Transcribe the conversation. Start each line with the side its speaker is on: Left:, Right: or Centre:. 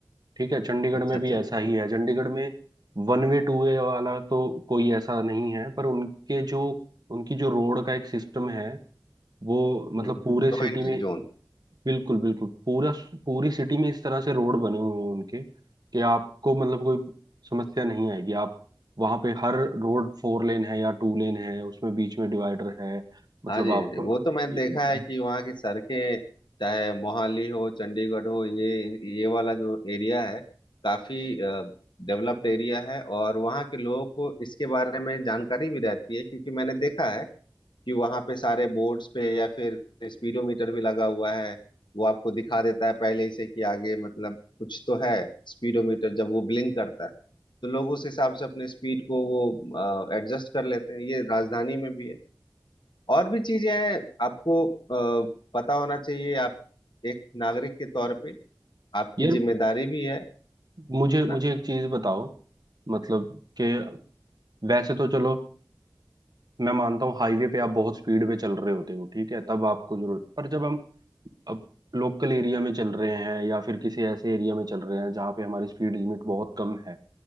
Right: ठीक है चंडीगढ़
Left: अच्छा
Right: में
Left: अच्छा
Right: भी ऐसा ही है चंडीगढ़ में वन वे टू वे वाला तो कोई ऐसा नहीं है पर उनके जो उनकी जो रोड का एक सिस्टम है वो मतलब
Left: हम्म,
Right: पूरे
Left: No
Right: सिटी
Left: entry
Right: में
Left: zone
Right: बिल्कुल बिल्कुल पूरा पूरी सिटी में इस तरह से रोड बने हुए हैं उनके कि आपको मतलब कोई समस्या नहीं आएगी आप वहां पे हर रोड फोर लेन है या टू लेन है उसमें बीच में डिवाइडर है मतलब
Left: हाँ जी
Right: आप
Left: हाँ जी वो तो मैंने
Right: ये-
Left: देखा है कि वहाँ की सड़कें चाहे मोहाली हो चंडीगढ़ हो ये ये वाला जो एरिया है काफी डेवलप्ड एरिया है और वहाँ के लोगों को इसके बारे में जानकारी भी रहती है क्योंकि मैंने देखा है कि वहाँ पे सारे बोर्ड्स पे या फिर स्पीडोमीटर भी लगा हुआ है वो आपको दिखा देता है पहले ही से कि आगे मतलब कुछ तो है स्पीडोमीटर जब वो ब्लिंक करता है तो लोग उस हिसाब से अपने स्पीड को वो एडजस्ट कर लेते हैं ये राजधानी में भी है और भी चीजें हैं आपको अ, पता होना चाहिए आप एक नागरिक के तौर पे आपकी
Right: यार
Left: जिम्मेदारी भी है
Right: मुझे
Left: है
Right: मुझे
Left: ना
Right: एक चीज बताओ मतलब कि वैसे तो चलो मैं मानता हूँ हाईवे पे आप बहुत स्पीड पे चल रहे होते हो ठीक है तब आपको जरूरत पर जब हम अब लोकल एरिया में चल रहे हैं या फिर किसी ऐसे एरिया में चल रहे हैं जहाँ पे हमारी स्पीड लिमिट बहुत कम है